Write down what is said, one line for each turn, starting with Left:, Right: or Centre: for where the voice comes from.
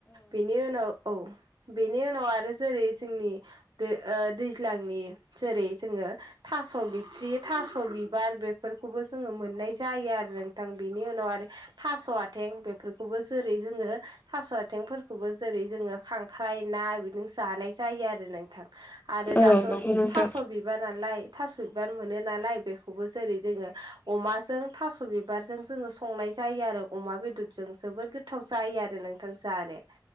Right: बेनि उनाव औ बेनि उनाव आरो जेरै जोंनि ओ दैज्लांनि जेरै जोङो था स' बिथ्रि थास' बिबार बेफोरखौबो जोङो मोननाय जायो आरो नोंथां बेनि उनाव आरो थास' आथें बेफोरखौबो जेरै जोङो थास' आथेंफोरखौबो जेरै जोङो खांख्राइ ना बिजों जानाय जायो आरो नोंथां आरो
Left: औ
Right: दाथ'
Left: नंगौ नोंथां
Right: थास' बि बार नालाय थास' बिबार मोनो नालाय बेखौबो जेरै जोङो अमाजों थास' बिबारजों जोङो संनाय जायो आरो अमा बेदरजों जोबोद गोथाव जायो आरो नोंथां जानो।